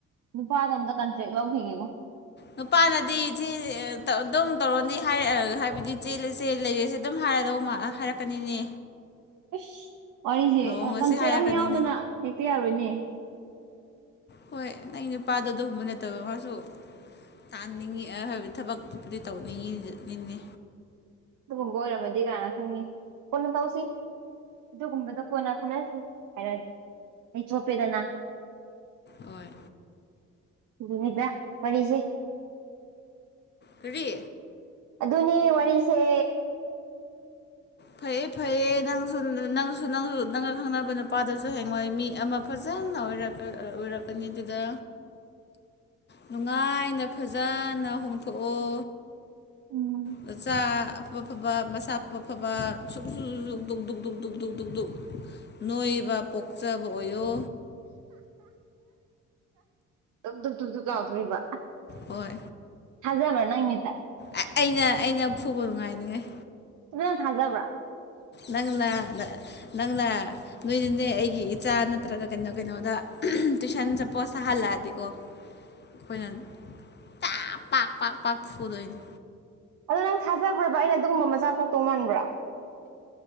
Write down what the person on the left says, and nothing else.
ꯅꯨꯄꯥꯅꯗꯤ ꯆꯦ ꯑꯗꯨꯝ ꯇꯧꯔꯅꯤ ꯍꯥꯏꯔ ꯍꯥꯏꯕꯗꯤ ꯆꯦꯜꯂ ꯁꯦ ꯂꯩꯔꯁꯦ ꯑꯗꯨꯝ ꯍꯥꯏ ꯍꯥꯏꯔꯗꯧ ꯃꯥ ꯍꯥꯏꯔꯛꯀꯅꯤꯅꯦ
ꯂꯨꯍꯣꯡꯉꯁꯦ
ꯍꯥꯏꯔꯛꯀꯅꯤꯅꯦ
ꯍꯣꯏ ꯅꯪꯒꯤ ꯅꯨꯄꯥꯗꯣ ꯑꯗꯨꯒꯨꯝꯕ ꯅꯠꯇꯕ ꯃꯥꯁꯨ ꯇꯥꯅꯤꯡꯉꯤꯕꯗꯤ ꯊꯕꯛꯇꯨꯕꯨꯗꯤ ꯇꯧꯅꯤꯡꯉꯤꯅꯤꯅꯦ
ꯍꯣꯏ
ꯀꯔꯤ
ꯐꯩꯌꯦ ꯐꯩꯌꯦ ꯅꯪꯁꯨ ꯅꯪꯁꯨ ꯅꯪꯁꯨ ꯅꯪꯒ ꯈꯪꯅꯕ ꯅꯨꯄꯥꯗꯁꯨ ꯍꯦꯡꯉꯏ ꯃꯤ ꯑꯃ ꯐꯖꯩ ꯎꯔ ꯎꯔꯀꯅꯤꯗꯨꯗ ꯅꯨꯡꯉꯥꯏꯅ ꯐꯖꯅ ꯍꯣꯡꯊꯣꯛꯑꯣ
ꯃꯆꯥ ꯑꯐ ꯑꯐꯕ ꯃꯁꯥ ꯑꯐ ꯁꯕ ꯁ ꯁꯧ ꯗꯧ ꯗꯧ ꯅꯣꯏꯕ ꯄꯣꯛꯆꯕ ꯑꯣꯏꯌꯣ
ꯍꯣꯏ
ꯑ ꯑꯩꯅ ꯑꯩꯅ ꯐꯨꯕ ꯅꯨꯡꯉꯥꯏꯅꯤꯉꯥꯏ
ꯅꯪꯅ ꯅꯪꯅ ꯅꯣꯏꯗꯨꯅꯦ ꯑꯩꯒꯤ ꯏꯆꯥ ꯅꯠꯇ꯭ꯔꯒ ꯀꯩꯅꯣ ꯀꯩꯅꯣꯗ ꯇꯨꯏꯁꯟ ꯆꯦꯄꯣꯁꯇ ꯍꯜꯂꯛꯑꯗꯤꯀꯣ ꯑꯩꯈꯣꯏꯅ ꯇꯥꯛ ꯄꯥꯛ ꯄꯥꯛ ꯄꯥꯛ ꯐꯗꯣꯏꯅꯤ